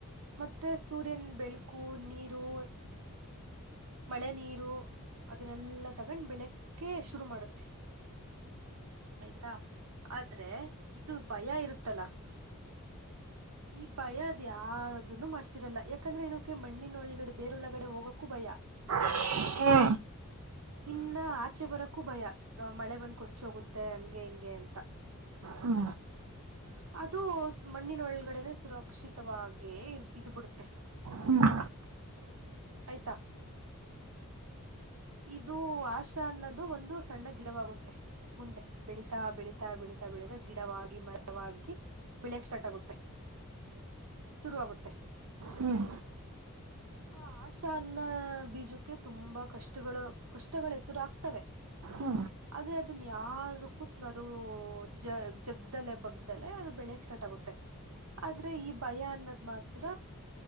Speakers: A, on the right (about 70°); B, on the right (about 85°).
A: ಮತ್ತೆ ಸೂರ್ಯನ ಬೆಳಕು ನೀರು ಮಳೆ ನೀರು ಅದನ್ನೆಲ್ಲ ತಗೊಂಡ್ ಬೆಳಕ್ಕೆ ಶುರು ಮಾಡುತ್ತೆ ಆಯ್ತಾ ಆದ್ರೆ ಇದು ಭಯ ಇರುತ್ತಲ್ಲಾ <inaudible> ಈ ಭಯ ಅದ್ಯಾವುದೂನು ಮಾಡ್ತಿರಲ್ಲ ಯಾಕಂದ್ರೆ ಇದಕ್ಕೆ ಮಣ್ಣಿನ ಒಳಗಡೆ ಬೇರೆೊಳಗಡೆ ಹೋಗಕ್ಕೂ ಭಯ.
B: ಹ್ಮ
A: ಇನ್ನ ಆಚೆ ಬರಕ್ಕೂ ಭಯ ಮಳೆ ಬಂದ್ ಕೊಚ್ಚೋಗುತ್ತೆ ಹಂಗೆ ಹಿಂಗೆ ಅಂತ.
B: ಹ್ಮ
A: <inaudible> ಅದು ಮಣ್ಣಿನ ಒಳಗಡೆನೆ ಸುರಕ್ಷಿತವಾಗಿ ಇದ್ ಬಿಡುತ್ತೆ.
B: ಹ್ಮ್
A: ಆಯ್ತಾ ಇದು ಆಶಾ ಅನ್ನೋದು ಒಂದು ಸಣ್ಣ ಗಿಡವಾಗುತ್ತೆ. ಮುಂದೆ ಬೆಳೀತಾ ಬೆಳೀತಾ ಬೆಳೀತಾ ಬೆಳೀತಾ ಗಿಡವಾಗಿ ಮರ ಬೆಳೆಯಕ್ ಸ್ಟಾರ್ಟ್ ಆಗುತ್ತೆ ಶುರುವರುವಾಗುತ್ತೆ.
B: ಹ್ಮ್
A: ಆ ಆಶಾ ಅನ್ನ ಬೀಜಕ್ಕೆ ತುಂಬಾ ಕಷ್ಟ. ಕಷ್ಟಗಳು ಕಷ್ಟಗಳು ಎದುರು ಆಗ್ತವೆ.
B: ಹಾ.
A: ಆದ್ರೆ ಅದನ್ ಯಾದಕ್ಕು ಅದು ಜ ಜಗ್ದಲೆ ಲೆೇ ಬಗ್ದಲೆ ಅದು ಬೆಳೆಯಕ್ ಸ್ಟಾರ್ಟ್ ಆಗುತ್ತೆ. ಆದ್ರೆ ಈ ಭಯ ಅನ್ನದ್ ಮಾತ್ರ.